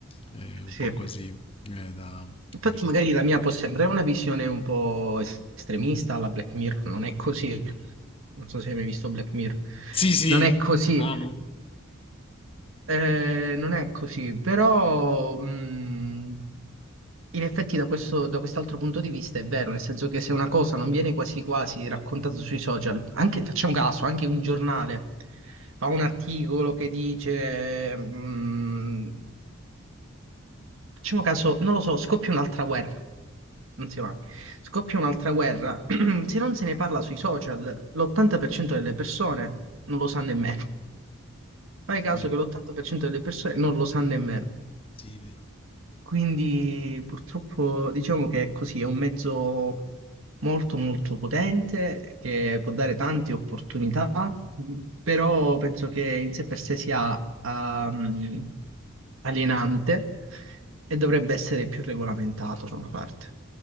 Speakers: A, on the left; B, on the right.
A: è un
B: sì.
A: po' così eh, da,
B: Infatti
A: da riflettere.
B: magari la mia può sembrare una visione un po' es- estremista alla Black Mirror, non è così. Non so se hai mai visto Black Mirror.
A: Sì, sì,
B: Non è così,
A: amo.
B: eh, non è così, però mh, in effetti da questo, da quest'altro punto di vista è vero, nel senso che se una cosa non viene quasi quasi raccontata sui social, anche, facciamo caso, anche un giornale fa un articolo che dice... mh, Facciamo caso, non lo so, scoppia un'altra guerra. Non si va. Scoppia un'altra guerra. <clears throat> Se non se ne parla sui social, l'80% delle persone non lo sa nemmeno. Fai
A: Sì,
B: caso che l'80% delle persone non lo sa nemmeno.
A: sì, vero.
B: Quindi purtroppo diciamo che è così, è un mezzo molto molto potente che può dare tante opportunità, però penso che in sé per sé sia ehm, alienante e dovrebbe essere più regolamentato da una parte.